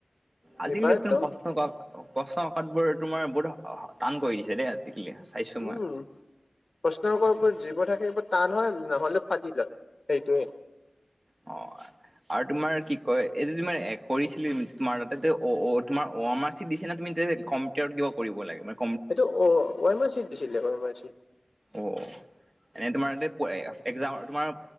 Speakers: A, on the right; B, on the left.
A: আজিকালি
B: এইবাৰতো
A: তুন পশ্ন কাক পশ্ন কাকতবোৰ তোমাৰ বহুত শক টান কৰি দিছে দেই আজিকালি। চাইছো মই
B: উম, প্ৰশ্ন কাকত বোৰত যিবোৰ থাকে সেইবোৰত টান হয় নহ'লে ফাটি যায়, সেইটোৱে।
A: অ, হয়। আৰু তোমাৰ কি কয় এই যে তোমাৰ এ কৰিছিলি তোমাৰ তাতে অ অ তোমাৰ অ আমাৰ চিট দিছে না তুমি নিজে কম্পকেয়ট কিয় কৰিব লাগে তোমাৰ
B: এইটো অ অমাৰ চিত দিছিলে অমাৰ চিট
A: অ এনে তোমাৰ তাতে এ একজাম তোমাৰ